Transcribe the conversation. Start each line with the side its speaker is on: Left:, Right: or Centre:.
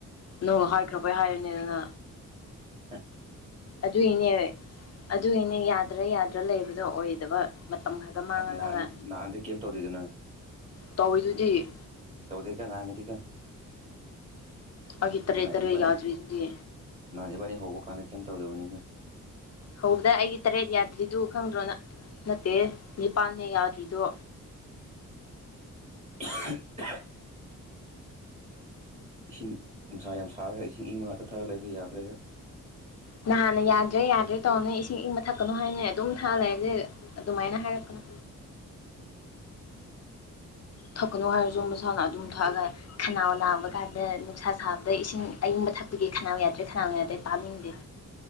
Left: ꯅꯣꯡ ꯍꯥꯏꯈ꯭ꯔꯕ‌ꯣꯏ ꯍꯥꯏꯔꯤꯅꯤꯗꯅ
Right: ꯍꯥ
Left: ꯑꯗꯨꯏꯅꯦ ꯑꯗꯨꯏꯅꯦ ꯌꯥꯗ꯭ꯔꯥ ꯌꯥꯗ꯭ꯔꯥ ꯂꯩꯕꯗꯣ ꯑꯣꯏꯗꯕ ꯃꯇꯝ ꯈꯛꯇ ꯃꯥꯡꯍꯜꯂꯒ
Right: ꯅꯥꯟ ꯅꯥꯟꯗ ꯀꯦꯝ ꯇꯧꯗꯗꯅ
Left: ꯇꯧꯋꯤꯗꯨꯗꯤ
Right: ꯇꯧꯗ‌ꯦ ꯀ‌ꯣ ꯅꯪꯉꯗꯤ ꯀ‌ꯣ
Left: ꯑꯩꯒꯤ ꯇꯔꯦ
Right: ꯅꯍꯥꯟ
Left: ꯇꯔꯦ
Right: ꯏꯕꯥꯅꯤ
Left: ꯌꯥꯗ꯭ꯔꯤꯗꯨꯗꯤ
Right: ꯅꯍꯥꯟ ꯏꯕꯥꯅꯤ ꯍꯧꯕ ꯀꯥꯟꯗ ꯀꯩꯝ ꯇꯧꯗꯕꯅꯤꯅ
Left: ꯍꯧꯕꯗ ꯑꯩꯒꯤ ꯇꯔꯦꯠ ꯌꯥꯗ꯭ꯔꯤꯗꯨ ꯈꯪꯗ꯭ꯔꯣ ꯅꯠꯇꯦ ꯅꯤꯄꯥꯟꯅꯦ ꯌꯥꯗ꯭ꯔꯤꯗꯣ
Right: <unintelligible> ꯏꯁꯤꯡ ꯅꯨꯡꯁꯥ ꯌꯥꯝ ꯁꯥꯔꯒ ꯏꯁꯤꯡ ꯏꯪ ꯉꯥꯛꯇ ꯊꯛꯔꯒ ꯂꯩꯕ ꯌꯥꯗ꯭ꯔꯦ
Left: ꯅꯍꯥꯟꯅ ꯌꯥꯗ꯭ꯔꯦ ꯌꯥꯗ꯭ꯔꯦ ꯇꯧꯔꯅꯤ ꯏꯁꯤꯡ ꯏꯪꯕ ꯊꯛꯀꯅꯨ ꯍꯥꯏꯅ ꯑꯗꯨꯝ ꯊꯥꯜꯂꯦꯕꯖꯤꯦ ꯑꯗꯨꯃꯥꯏꯅ ꯍꯥꯏꯔꯛꯀꯅꯣ ꯊꯛꯀꯅꯨ ꯍꯥꯏꯔꯁꯨ ꯃꯁꯥꯅ ꯑꯗꯨꯝ ꯊꯛꯑꯒ ꯈꯅꯥꯎ ꯅꯥꯕ ꯀꯥꯟꯗ ꯅꯨꯡꯁꯥ ꯁꯥꯕꯗ ꯏꯁꯤꯡ ꯑꯏꯪꯕ ꯊꯛꯄꯤꯒꯦ ꯈꯅꯥꯎ ꯌꯥꯗ꯭ꯔꯦ ꯈꯅꯥꯎ ꯌꯥꯗ꯭ꯔꯦ ꯇꯥꯅꯤꯡꯗꯦ